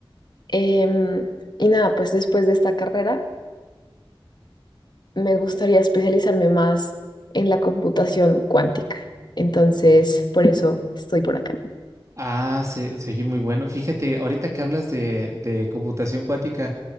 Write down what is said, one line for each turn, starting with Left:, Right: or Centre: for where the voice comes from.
Left: Em, y nada, pues después de esta carrera me gustaría especializarme más en la computación cuántica. Entonces, por eso estoy por acá.
Right: Ah, se, se muy bueno. Fíjate, ahorita que hablas de, de computación cuántica,